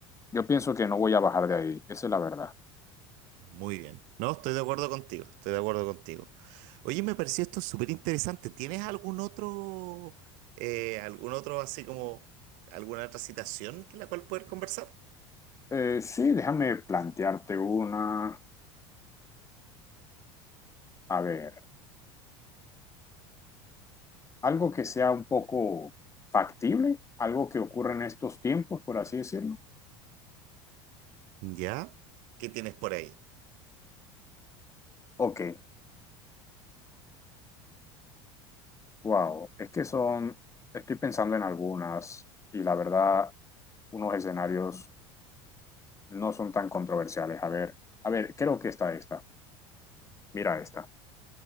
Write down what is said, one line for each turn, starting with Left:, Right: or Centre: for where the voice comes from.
Left: yo pienso que no voy a bajar de ahí, esa es la verdad.
Right: Muy bien. No, estoy de acuerdo contigo, estoy de acuerdo contigo. Oye, me pareció esto súper interesante. ¿Tienes algún otro, eh, algún otro así como, alguna otra citación que la cual poder conversar?
Left: Eh, sí, déjame plantearte una. A ver, algo que sea un poco factible, algo que ocurra en estos tiempos, por así decirlo.
Right: ¿Ya? ¿Qué tienes por ahí?
Left: Ok, wow, es que son, estoy pensando en algunas y la verdad, unos escenarios no son tan controversiales. A ver, a ver, creo que está esta. Mira esta,